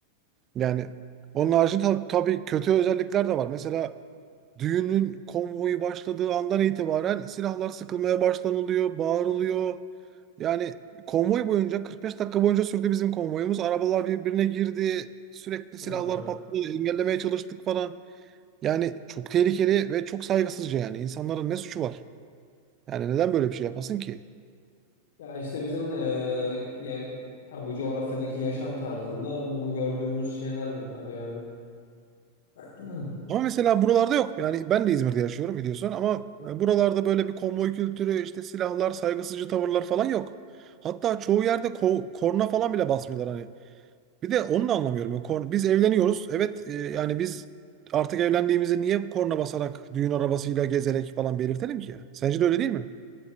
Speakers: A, on the right; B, on the left.
A: Yani onun haricinde ta- tabii kötü özellikler de var. Mesela düğünün konvoyu başladığı andan itibaren silahlar sıkılmaya başlanılıyor, bağırılıyor. Yani konvoy boyunca 45 dakika boyunca sürdü bizim konvoyumuz. Arabalar birbirine girdi. Sürekli silahlar
B: Ha.
A: patladı. Engellemeye çalıştık falan. Yani çok tehlikeli ve çok saygısızca yani. İnsanların ne suçu var? Yani neden böyle bir şey yapasın ki?
B: Ya işte bizim e, ya, ya bu coğrafyadaki yaşam tarzında bunu gördüğümüz şeyler bunlar yani. <clears throat>
A: Ama mesela buralarda yok. Yani ben de İzmir'de yaşıyorum biliyorsun ama e, buralarda böyle bir konvoy kültürü, işte silahlar, saygısızcı tavırlar falan yok. Hatta çoğu yerde ko- korna falan bile basmıyorlar hani. Bir de onu da anlamıyorum. Yani korna- biz evleniyoruz. Evet e, yani biz artık evlendiğimizi niye korna basarak, düğün arabasıyla gezerek falan belirtelim ki? Sence de öyle değil mi?